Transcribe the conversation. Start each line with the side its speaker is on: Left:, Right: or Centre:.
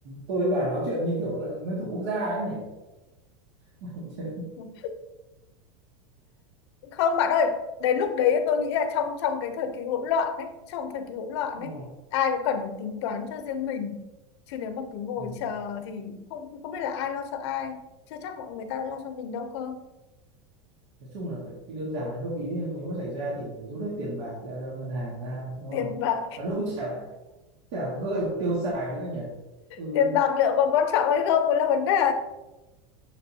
Right: tôi với bà nói chuyện như kiểu lại nguyên thủ quốc gia ấy nhỉ <laughs> Mình chưa-
Left: <laughs> không bạn ơi đến lúc đấy tôi nghĩ là trong trong cái thời kỳ hỗn loạn đấy trong thời kỳ hỗn loạn
Right: ừ.
Left: đấy ai cũng cần phải tính toán cho riêng mình chứ nếu mà cứ ngồi
Right: Ừ.
Left: chờ thì không không biết là ai lo cho ai chưa chắc mọi người ta đã lo cho mình đâu cơ
Right: nói chung là phải cái đơn giản là lúc ý nếu mà xảy ra thì mình phải rút hết tiền bạc ra cho ngân hàng ra đúng
Left: tiền
Right: không
Left: bạc
Right: và lúc ấy chả chả gợi tiêu xài nữa nhỉ ừ
Left: tiền bạc liệu còn quan trọng hay không cũng là vấn đề